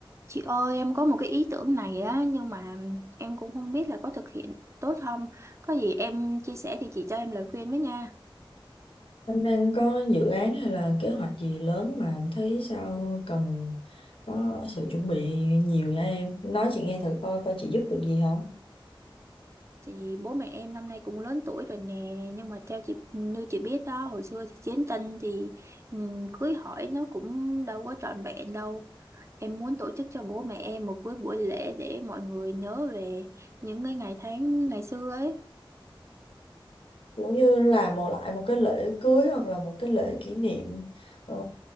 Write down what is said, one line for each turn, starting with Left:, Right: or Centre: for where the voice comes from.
Right: Chị ơi, em có một cái ý tưởng này á, nhưng mà em cũng không biết là có thực hiện tốt không. Có gì em chia sẻ thì chị cho em lời khuyên với nha.
Left: Năm đang có dự án hay là kế hoạch gì lớn mà anh thấy sao cần có sự chuẩn bị nhiều nha em. Nói chị nghe thử coi coi chị giúp được gì không.
Right: Thì bố mẹ em năm nay cũng lớn tuổi rồi nè, nhưng mà theo chị như chị biết đó, hồi xưa thì chiến tranh thì ừm, cưới hỏi nó cũng đâu có trọn vẹn đâu. Em muốn tổ chức cho bố mẹ em một cái buổi lễ để mọi người nhớ về những cái ngày tháng ngày xưa ấy.
Left: Giống như là một lại một cái lễ cưới hoặc là một cái lễ kỷ niệm ờ,